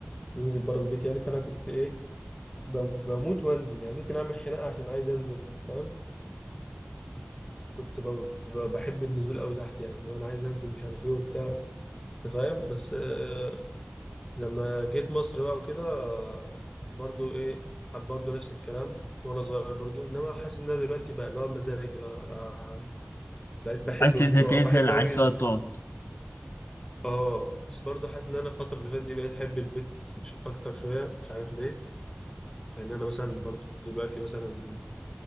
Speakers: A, on the left (about 20°); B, on the left (about 75°).
A: ننزل بره البيت يعني فانا كنت ايه ب- بموت وانزل يعني ممكن اعمل خناقة عشان عايز انزل فاهم كنت ب- ب- بحب النزول قوي تحت يعني لو انا عايز انزل مش عارف ايه وبتاع أنت فاهم بس آه، لما جيت مصر بقى وكده آه، برضو ايه حب برضو نفس الكلام وانا صغير برضو انما حاسس ان انا دلوقتي بقى اللي هو مزاجي بقى أنا بقيت بحب
B: عايز تنزل
A: بحب
B: تنزل عايز
A: قوي
B: تقعد
A: ال...
B: تقعد
A: اه بس برضو حاسس ان انا الفتره اللي فاتت دي بقيت احب البيت ش- اكتر شويه مش عارف ليه لان انا مثلا برضو دلوقتي مثلا